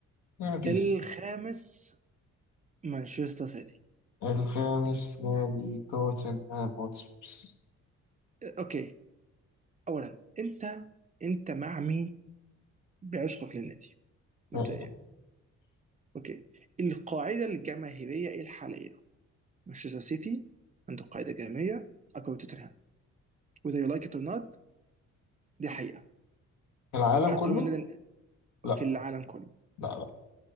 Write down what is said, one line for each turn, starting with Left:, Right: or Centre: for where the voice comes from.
Left: يا بيس
Right: الخامس مانشستر سيتي
Left: الخامس نادي توتنهام هوتسبيرز
Right: اوكي اولا انت انت مع مين بعشقك للنادي مبدئيا
Left: يا إلهي
Right: اوكي القاعده الجماهيريه إيه الحاليه مانشستر سيتي عنده قاعده جماهيريه اقوى توتنهام whether you like it or not دي حقيقة
Left: العالم
Right: حتى
Left: كله؟
Right: لو هم النادي
Left: لا
Right: في العالم كله
Left: لا لا